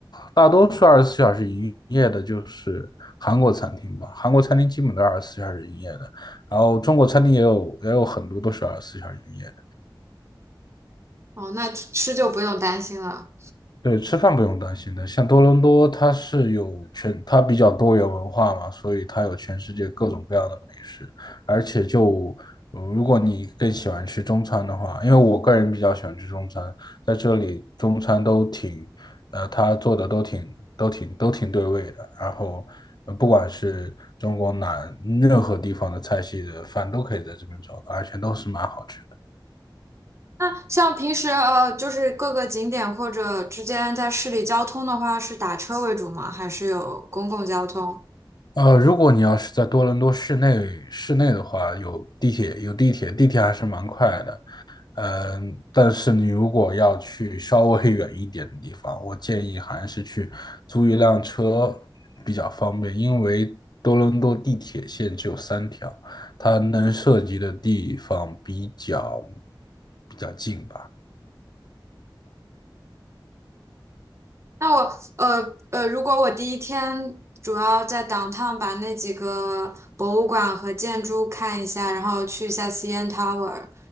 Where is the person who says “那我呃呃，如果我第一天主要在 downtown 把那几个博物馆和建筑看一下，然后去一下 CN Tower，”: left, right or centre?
Right